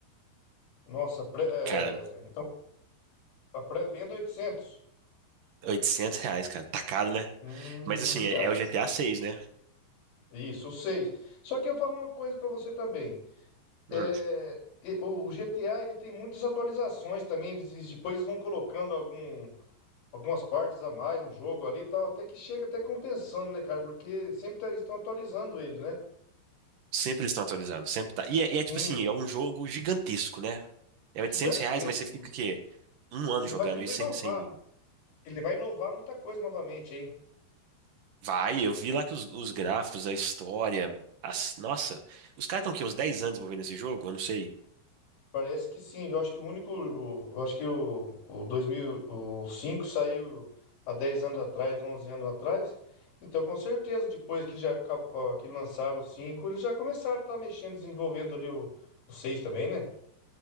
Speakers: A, on the left; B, on the right.
A: Nossa, pré- é,
B: Cara,
A: então a pré-venda 800.
B: oitocentos reais, cara. Tá caro, né?
A: Hum,
B: Mas assim,
A: já-
B: é, é o GTA 6, né?
A: isso, 6. Só que eu falo uma coisa pra você também. É,
B: Hum.
A: e- o GTA ele tem muitas atualizações também. Eles, eles depois vão colocando algum, algumas partes a mais no jogo ali e tal, até que chega até compensando, né, cara? Porque sempre tá- estão atualizando ele, né?
B: Sempre eles estão atualizando, sempre tá. E é, e é, tipo
A: Sim,
B: assim, é um jogo gigantesco, né? É 800
A: gigantesco.
B: reais, mas você fica o quê? Um ano
A: Ele
B: jogando
A: vai vir para
B: isso
A: inovar.
B: sem, sem...
A: Ele vai inovar muita coisa novamente, hein?
B: Vai, eu vi lá que os, os gráficos, a história... as- Nossa, os caras estão aqui uns 10 anos desenvolvendo esse jogo, eu não sei.
A: Parece que sim. Eu acho que o único. o- Eu acho que o, o dois mil e cinco saiu há 10 anos atrás, 11 anos atrás. Então, com certeza, depois que já capa- que lançaram o 5, eles já começaram a estar mexendo, desenvolvendo ali o, o 6 também, né?